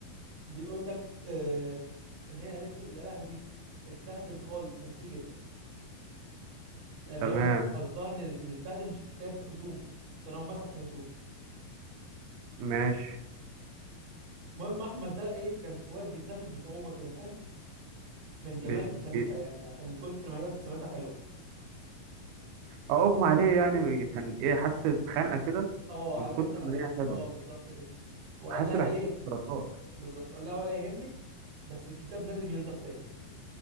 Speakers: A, on the right (about 60°); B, on the right (about 85°).
A: بيقول لك آه ان هي قالت له يا لهوي اتبهدل خالص ميرسي جدا يعني
B: تمام
A: غالبا قصدها ان اللي اتبهدل مش الكتاب هدومه كان هو مسح في هدومه
B: ماشي
A: المهم احمد ده ايه كان واقف بيتنفس بصعوبة كده فاهم من جمال
B: بي...
A: ابتسامتها
B: بي...
A: يعني عشان من كتر ما هي ابتسامتها حلوة
B: اه اغمى عليه يعني كان ايه حس بخنقه كده
A: اه
B: من
A: عارف
B: كتر
A: انت لما
B: ما هي
A: ت-
B: حلوه
A: اه بالظبط كده وقال
B: حس
A: لها
B: باحساس
A: ايه
B: السرطان
A: بالظبط لا ولا يهمك بس الكتاب لازم ينضف تاني